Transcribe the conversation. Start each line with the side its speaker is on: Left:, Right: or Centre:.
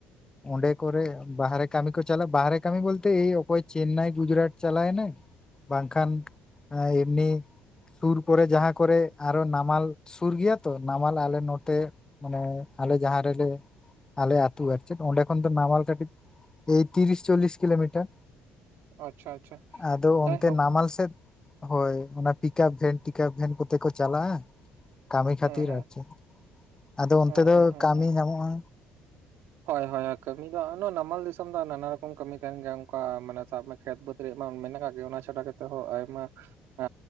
Left: ᱚᱸᱰᱮ ᱠᱚᱨᱮ ᱵᱟᱦᱨᱮ ᱠᱟᱹᱢᱤ ᱠᱚ ᱪᱟᱞᱟᱜᱼᱟ ᱵᱟᱦᱨᱮ ᱠᱟᱹᱢᱤ ᱵᱚᱞᱛᱮ ᱚᱠᱚᱭ ᱪᱮᱱᱱᱟᱭ ᱜᱩᱡᱨᱟᱴ ᱪᱟᱞᱟᱭ ᱱᱟᱭ,
Right: <inaudible>
Left: ᱵᱟᱝᱠᱷᱟᱱ ᱮᱢᱱᱤ ᱥᱩᱨ ᱠᱚᱨᱮ ᱡᱟᱦᱟᱸ ᱠᱚᱨᱮ ᱟᱨᱦᱚᱸ ᱱᱟᱢᱟᱞ ᱥᱩᱨ ᱜᱮᱭᱟ ᱛᱚ ᱱᱟᱢᱟᱞ ᱟᱞᱮ ᱱᱚᱛᱮ ᱢᱟᱱᱮ ᱟᱞᱮ ᱡᱟᱦᱟᱸ ᱨᱮᱞᱮ ᱟᱞᱮ ᱟᱹᱛᱩ ᱟᱨ ᱚᱸᱰᱮ ᱠᱷᱚᱱ ᱫᱚ ᱱᱟᱢᱟᱞ ᱠᱟᱴᱤᱡ ᱮᱭ ᱛᱤᱨᱤᱥ ᱪᱚᱞᱞᱤᱥ ᱠᱤᱞᱳᱢᱤᱴᱟᱨ᱾
Right: ᱟᱪᱪᱷᱟ ᱟᱪᱪᱷᱟ
Left: ᱟᱫᱚ
Right: ᱡᱟᱭᱦᱳᱠ
Left: ᱚᱱᱛᱮ ᱱᱟᱢᱟᱞ ᱥᱮᱫ, ᱦᱳᱭ ᱚᱱᱟ ᱯᱤᱠᱟᱯ ᱵᱷᱮᱱ ᱴᱤᱠᱟᱯ ᱵᱷᱮᱱ ᱠᱚᱛᱮ ᱠᱚ, ᱪᱟᱞᱟᱜᱼᱟ ᱠᱟᱹᱢᱤ ᱠᱷᱟᱹᱛᱤᱨ
Right: ᱦᱩᱸ ᱦᱩᱸ,
Left: ᱟᱨ ᱪᱮᱫ ᱟᱫᱚ ᱚᱱᱛᱮ
Right: ᱦᱩᱸ
Left: ᱫᱚ
Right: ᱦᱩᱸ ᱦᱩᱸ
Left: ᱠᱟᱹᱢᱤ
Right: ᱦᱩᱸ᱾
Left: ᱧᱟᱢᱚᱜᱼᱟ᱾
Right: ᱦᱳᱭ ᱦᱳᱭ ᱠᱟᱹᱢᱤ ᱫᱚ᱾ ᱱᱟᱢᱟᱞ ᱫᱤᱥᱚᱢ ᱫᱚ ᱱᱟᱱᱟ ᱨᱚᱠᱚᱢ ᱠᱟᱹᱢᱤ ᱛᱟᱦᱮᱱ ᱜᱮᱭᱟ ᱚᱱᱠᱟ ᱢᱟᱱᱮ ᱥᱟᱵ ᱢᱮ ᱠᱷᱮᱛ ᱵᱟᱹᱛ ᱨᱮᱭᱟᱜ ᱢᱟ ᱢᱮᱱᱟᱜᱼᱟ᱾ ᱜᱮ ᱚᱱᱟ ᱪᱷᱟᱰᱟ ᱠᱟᱛᱮᱫ ᱦᱚᱸ ᱟᱭᱢᱟ ᱮ